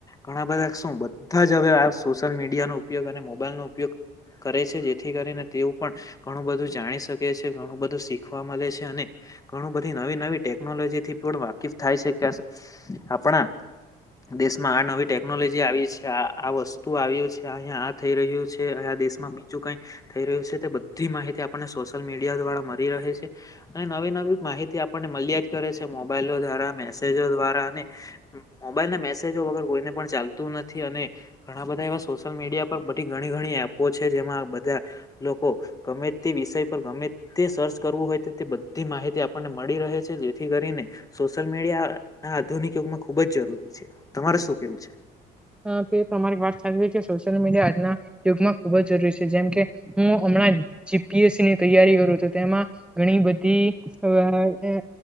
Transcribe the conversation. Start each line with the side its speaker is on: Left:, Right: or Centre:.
Left: ઘણા બધા શું બધા જ હવે આ સોશિયલ મીડિયા નો ઉપયોગ અને મોબાઈલ નો ઉપયોગ કરે છે જેથી કરીને તેઓ પણ ઘણું બધું જાણી શકે છે ઘણું બધું શીખવા મળે છે અને ઘણું બધી નવી નવી ટેકનોલોજી થી પણ વાકીફ થાય છે કે આપણા દેશમાં આ નવી ટેકનોલોજી આવી છે આ આ વસ્તુ આવ્યું છે અહિયાં આ થઈ રહ્યું છે અ દેશમાં બીજું કઈ થઈ રહ્યું છે તે બધી માહિતી આપ આપને સોશિયલ મીડિયા દ્વારા મળી રહે છે ને નવી નવી માહિતી આપણને મળલ્યા જ કરે છે. મોબાઈલો દ્વારા મેસેજો દ્વારા અને મોબાઈલ ના મેસેજો વગર કોઈ ને પણ ચાલતું નથી અને ઘણા બધા એવા સોશિયલ મીડિયા પર બધી ઘણી ઘણી એપો છે જેમાં બધા લોકો ગમે તે વિષય પર ગમે તે સર્ચ કરવું હોય તો તે બધી માહિતી આપણને મળી રહે છે જેથી કરીને સોશિયલ મીડિયા આ આધુનિક યુગમાં ખુબ જ જરૂરી છે તમારે શું કેવું છે.
Centre: હા તે તમારી વાત સાચવી છે. સોશિયલ મીડિયા આજના યુગમાં ખુબ જરૂરી છે જેમકે હું હમણાં જી પી એસ સી ની તૈયારી કરું કરું છું તેમાં ઘણી બધી